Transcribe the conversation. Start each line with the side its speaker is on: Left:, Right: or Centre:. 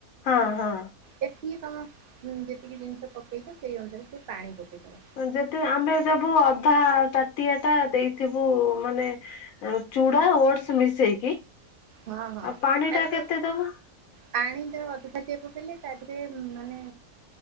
Left: ହଁ ହଁ।
Right: ଦେଖିକି ତମ ଯେତିକି ଜିନିଷ ପକେଇଛ ସେଇ ଅନୁସାରେ ଟିକେ ପାଣି ପକେଇ ଦେବ।
Left: ଯେତେ ଆମେ ଦବୁ ଅଧା ତାଟିଆ ଟା ଦେଇଥିବୁ ମାନେ ଆ ଚୂଡ଼ା ଓଟସ ମିଶେଇକି ଆଉ
Right: ହଁ ହଁ
Left: ପାଣି
Right: ତା
Left: ଟା
Right: ଦେହରେ
Left: କେତେ ଦବୁ?
Right: ପାଣି ଯୋଉ ଅଧ ଟ ଟିକେ ପକେଇଲେ ତା ଦେହରେ ମାନେ